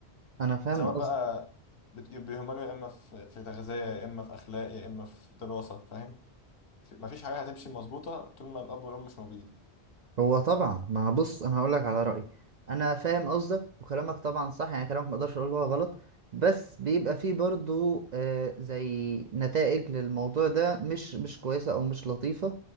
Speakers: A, on the right; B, on the left.
A: انا فاهم
B: سواء بقى بت- بيهملوا يا اما في في تغذيه يا اما في اخلاق يا اما في دراسه فاهم في- مفيش حاجه هتمشي مظبوطه طول ما الاب والام مش موجودين
A: هو طبعا ما بص انا هقول لك على رايي انا فاهم قصدك وكلامك طبعا صح يعني كلامك ما اقدرش اقول هو غلط بس بيبقى فيه برضو آه زي نتائج للموضوع ده مش مش كويسه او مش لطيفه